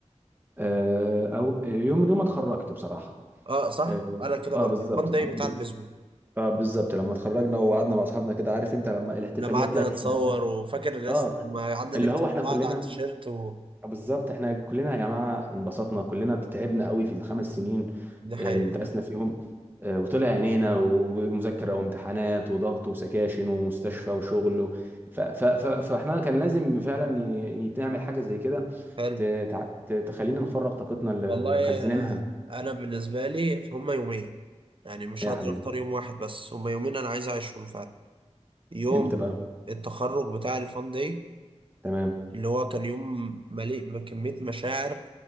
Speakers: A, on the right; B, on the right.
A: آه، او يوم يوم ما اتخرجت بصراحه
B: اه صح
A: اه
B: انا كده
A: آه،
B: برضو
A: بالظبط
B: الفان داي
A: آه،
B: بتاع البيسبول
A: اه بالظبط لما اتخرجنا وقعدنا مع اصحابنا كده عارف انت لما الاحتفاليه
B: لما قعدنا
A: بتاعت
B: نتصور
A: احنا
B: وفاكر الناس
A: اه
B: لما قعدنا
A: اللي
B: نكتب
A: هو احنا
B: بعض
A: كلنا
B: على التيشيرت و...
A: بالظبط احنا كلنا يا جماعه انبسطنا كلنا تعبنا قوي في الخمس سنين
B: دي حقيقة
A: اللي درسنا فيهم آه، وطلع عينينا ومذاكره وامتحانات وضغط وسكاشن ومستشفى وشغل و- ف ف ف فاحنا كان لازم فعلا ي- نعمل حاجه زي كده
B: حلو
A: ت- تع- ت- تخلينا نفرغ طاقتنا اللي
B: والله
A: مخزنينها
B: آه، انا بالنسبة لي هما يومين يعني مش
A: يا
B: هقدر
A: حبيبي
B: اختار يوم واحد بس هما يومين انا عايز اعيشهم فعلا يوم
A: امتى بقى
B: التخرج بتاع الفان داي
A: تمام
B: اللي هو كان يوم مليء بكمية مشاعر